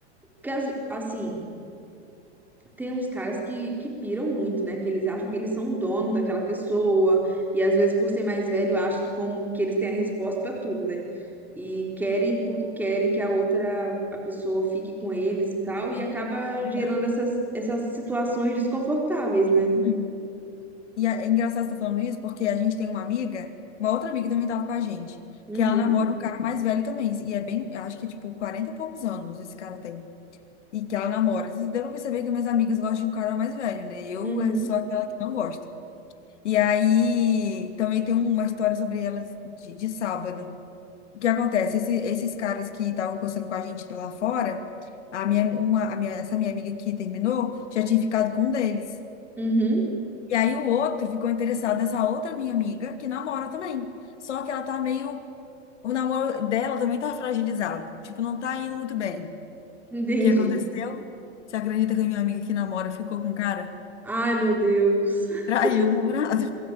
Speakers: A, in the centre; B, on the left.
A: que as- Assim tem uns caras que, que piram muito, né? Que eles acham que eles são o dono daquela pessoa, e às vezes, por ser mais velho, acham que, como, que eles têm a resposta para tudo, né? E querem porque querem que a outra, a pessoa fique com eles e tal, e
B: Sim.
A: acaba
B: Obrigada.
A: gerando essas, essas situações desconfortáveis, né?
B: Uhum. E é é engraçado você estar falando isso, porque a gente tem uma amiga, uma outra amiga que também estava com a gente,
A: Uhum,
B: que ela namora um cara mais velho também. E é bem, eu acho que tipo 40 e poucos anos esse cara tem. E que ela namora. Vocês devem perceber que minhas amigas gostam de um cara mais velho, né? Eu
A: uhum,
B: é, sou aquela que não gosta. E aí também tem uma história sobre elas de, de sábado. O que acontece? Esse- esses caras que estavam conversando com a gente lá fora, a minha, uma, a minha, essa minha amiga que terminou já tinha ficado com um deles.
A: uhum,
B: E aí o outro ficou interessado nessa outra minha amiga que namora também. Só que ela tá meio. O namoro dela também tá fragilizado. Tipo, não tá indo muito bem. O
A: entendi.
B: que aconteceu? Você acredita que a minha amiga que namora ficou com um cara?
A: Ai, meu Deus. <laughs>
B: Traiu o namorado.